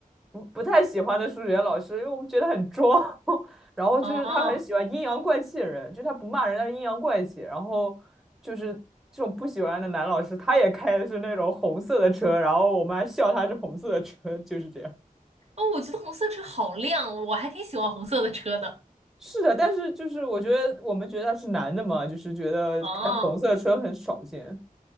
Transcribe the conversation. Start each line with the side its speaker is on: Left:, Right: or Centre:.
Centre: 不不太喜欢的数学老师，因为我们觉得很装，<laughs> 然后就是他很喜欢阴阳怪气的人，
Right: 哦。
Centre: 就他不骂人，但是阴阳怪气。然后就是这种不喜欢的男老师，他也开的是那种红色的车，然后我们还笑他是红色的车，<laughs> 就是这样。
Right: 哦，我觉得红色车好亮，我还挺喜欢红色的车的。
Centre: 是的，但是就是我觉得我们觉得他是男的嘛，就是觉得开红色车很少见，
Right: 哦